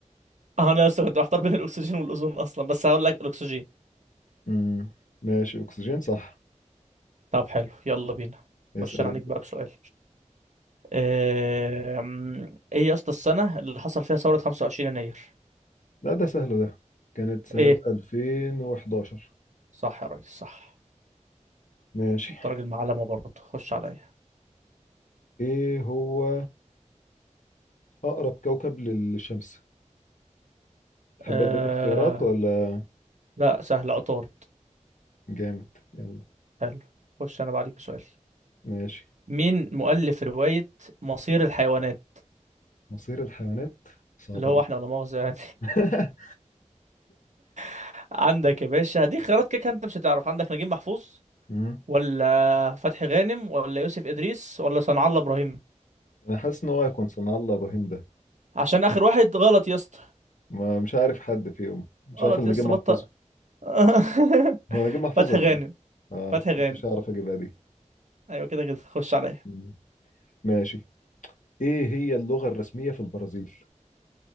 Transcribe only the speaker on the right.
اه انا يا اسطى كنت محتار بين الاكسجين والاوزون اصلا بس هقول لك الاكسجين
طب حلو يلا بينا
خش انا
عليك بقى بسؤال آم، ايه يا اسطى السنة اللي حصل فيها ثورة 25 يناير
ايه
صح يا ريس صح
انت راجل معلمة برضه خش عليا
آه...
لا سهل عطارد
حلو خش انا بعديك بسؤال
مين مؤلف رواية مصير الحيوانات
اللي هو
احنا ولا مؤاخذة يعني
<laughs> عندك يا باشا هديك خيارات كده كده انت مش هتعرف عندك نجيب محفوظ
ولا فتحي غانم ولا يوسف إدريس ولا صنع الله إبراهيم
عشان آخر واحد غلط يا اسطى
غلط
يا
اسطى
بطل <laughs>
فتحي
غانم
فتحي
غانم
ايوه كده كده خش عليا